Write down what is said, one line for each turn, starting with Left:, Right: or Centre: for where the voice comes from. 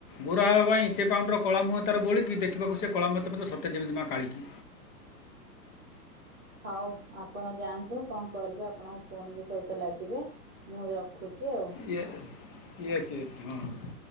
Left: ଗୋରା ହେବା ପାଇଁ, ମେଚେଁ ପାଉଡର କଳା ମୁହଁ ତାର ବୋଳିକି ଦେଖ ଦେଖିବକୁ ସେ କଳା ମଚ ମଚ ସତେଯେମିତି ମା କାଳିକି।
Centre: ହଉ ଆପଣ ଯାଆନ୍ତୁ, କଣ କରିବେ ଆପଣଙ୍କ ଭଉଣୀଙ୍କ ସହିତ ଲାଗିବେ। ମୁଁ ରଖୁଛି ଆଉ।
Left: ଏୟ, ଇଏୟସ୍ ୟସ୍ ହଁ।